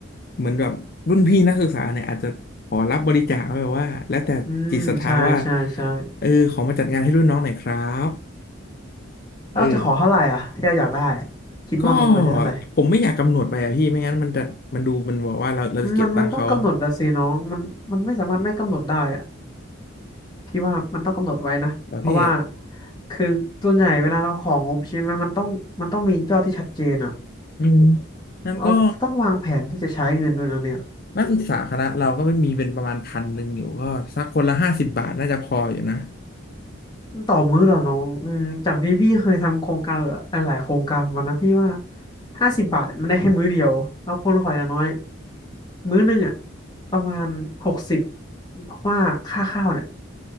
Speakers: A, on the left; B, on the left.
A: เหมือนแบบรุ่นพี่นักศึกษาเนี่ยอาจจะขอรับบริจาคไว้แบบว่าแล้วแต่จิตศรัทธาว่า
B: อืมใช่ใช่ใช่
A: เออขอมาจัดงานให้รุ่นน้องหน่อยครับ
B: แล้วเราจะขอเท่าไหร่อ่ะที่เราอยากได้
A: เออ
B: คิดว่างบเราใช้เท่าไหร่
A: ก็ผมไม่อยากกำหนดไปอะพี่ไม่งั้นมันจะมันดูมันบอกว่าเราเราจะเก็บตังค์เขา
B: มันมันต้องกำหนดอะสิน้องมันมันไม่สามารถไม่กำหนดได้อะพี่ว่ามันต้องกำหนดไว้นะเพราะว่า
A: แล้พี่
B: คือส่วนใหญ่เวลาเราของงบใช่ไหมมันต้องมันต้องมียอดที่ชัดเจนอะ
A: อืมงั้นก็
B: เราต้องวางแผนที่จะใช้เงินด้วยนะเนี่ย
A: นักศึกษาคณะเราก็ไม่มีเป็นประมาณพันหนึ่งอยู่ก็สักคนละห้าสิบบาทน่าจะพออยู่นะ
B: ต่อมื้อเหรอน้องอืมจากที่พี่เคยทำโครงการหลายๆโครงการมานะพี่ว่าห้าสิบบาทมันได้แค่มื้อเดียวแล้วคนขออย่างน้อยมื้อหนึงอะประมาณหกสิบเพราะว่าค่าข้าวเนี่ย